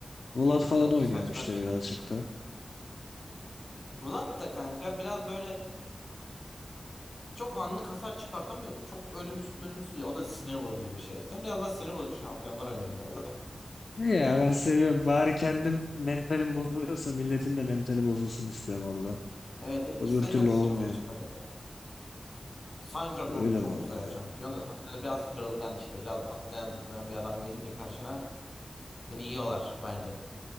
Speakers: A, on the left; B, on the left.
A: Vlad falan
B: Çok
A: oynuyorum
B: saçma
A: işte
B: bir şey.
A: birazcık da.
B: Vlad da kanka biraz böyle çok anlık hasar çıkartamıyordu. Çok ölümsüz ölümsüz ya. O da sinir bozucu bir şey. Sen biraz daha sinir bozucu şampiyonlar oynuyorsun galiba. <laughs>
A: İyi Ya ben seviyorum. Bari kendim mentalim bozuluyorsa milletin de mentali bozulsun istiyorum valla.
B: Evet ikisi
A: Öbür türlü
B: de çok
A: olmuyor.
B: sinir bozucu karakter. Syndra kanka
A: Öyle
B: çok
A: vallahi
B: güzel bir
A: ya.
B: şampiyon da Syndra biraz kırılgan işte. Biraz atlayan zıplayan bir adam gelince karşına seni yiyorlar bence.